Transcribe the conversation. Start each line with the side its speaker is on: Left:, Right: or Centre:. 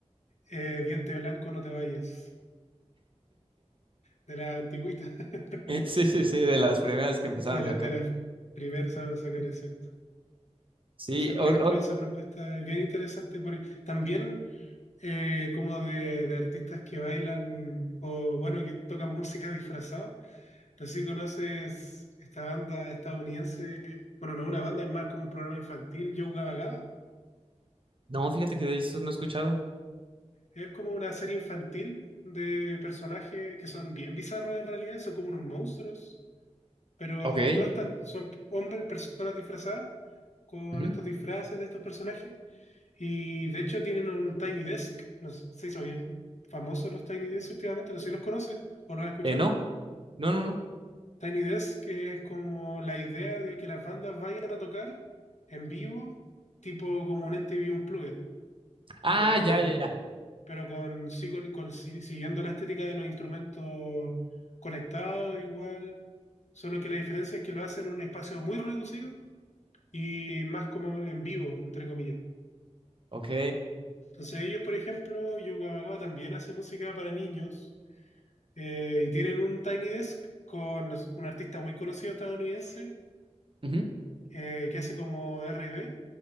Left: eh, Diente Blanco, no te vayas. de la antigüita, <laughs>
Right: <laughs> Sí, sí, sí, de las primeras que empezaron
Left: de la,
Right: a sacar.
Left: de la primera que empezaron a sacar, exacto.
Right: Sí,
Left: Entonces, por
Right: o,
Left: ejemplo,
Right: o-
Left: esa propuesta es bien interesante, porque también eh, como de, de artistas que bailan o, bueno, que tocan música disfrazado. No sé si conoces esta banda estadounidense, bueno, no es una banda, es más como un programa infantil, Joe Gabba Gabba.
Right: no, fíjate que de eso no he escuchado.
Left: Es como una serie infantil de personajes que son bien bizarros en realidad, son como unos monstruos, pero
Right: Ok.
Left: todos están, son hombres, personas disfrazadas con
Right: ujú.
Left: estos disfraces de estos personajes. Y de hecho tienen un Tiny Desk. No sé, se hizo bien famosos los Tiny Desk últimamente, no sé si los conoces o los has escuchado.
Right: Eh, no, no, no, no.
Left: Tiny Desk que es como la idea de que las bandas vayan a tocar en vivo, tipo como un NTV Unplugged,
Right: Ah,
Left: pero,
Right: ya, ya, ya.
Left: pero con, sí, con, con- sí- siguiendo la estética de los instrumentos conectados igual, solo que la diferencia es que lo hacen en un espacio muy reducido y más como en vivo, entre comillas.
Right: Ok.
Left: Entonces ellos, por ejemplo, Yoga Bagaba también hace música para niños eh, y tienen un Tiny Desk con un artista muy conocido estadounidense
Right: ujú.
Left: eh, que hace como R&B.